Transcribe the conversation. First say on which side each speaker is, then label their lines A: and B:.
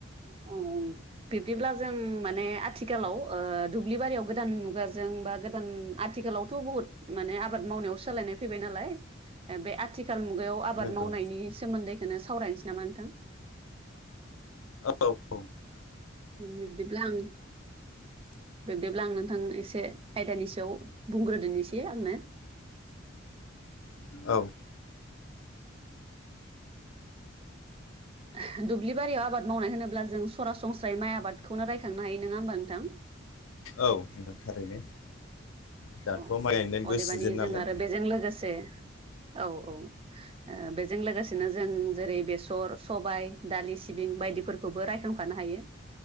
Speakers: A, on the right; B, on the left.
A: अ बिब्दिब्ला जों माने आथिखालाव ओ दुब्लि बारियाव गोदान मुगाजों। बा गोदान आथिखालावथ' बहुत माने आबाद मावनायाव सोलायनाय फैबाय नालाय बे आथिखा। आथिखाल मुगायाव आबाद
B: नंगौ
A: मावनायनि सोमोन्दैखौनो सावरायनोसै नामा? नोंथां?
B: औ-औ।
A: बिबदिब्ला आं।
B: <inaudible>
A: बिब्दिब्ला आं नोंथां एसे आयदानि सायाव बुंग्रोदोनिसै आंनो?
B: औ।
A: ओह दुब्लि बारियाव आबाद मावनाय होनोब्ला जों सरासनस्रायै माइ आबादखौनो रायखांनो हायो नङा होमबा नोंथां?
B: औ नोंथां थारैनो। दाथ'
A: औ
B: माइ गायनायनिबो
A: अदेबानि
B: सिजोन नालाय
A: जों आरो बेजों लोगोसे। औ-औ ओ बेजों लोगोसेनो जों जेरै- बेसर, सबाय। दालि, सिबिं बायदिफोरखौबो रायखांफानो हायो।